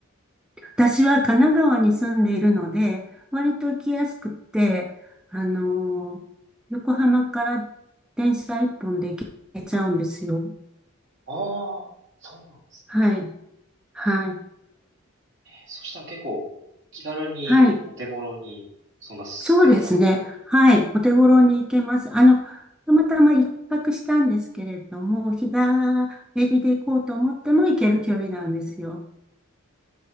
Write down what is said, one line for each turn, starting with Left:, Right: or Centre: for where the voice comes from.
Centre: 私は神奈川に住んでいるので、割と行きやすくって、あの、横浜から電車一本で行けちゃうんですよ。
Right: ああ、そうなんですね。
Centre: はい。はい。
Right: そしたら結構気軽にお手頃に、
Centre: はい。
Right: そんな素敵なところに。
Centre: そうですね。はい。お手頃に行けます。あの、たまたま一泊したんですけれども、日帰りで行こうと思っても行ける距離なんですよ。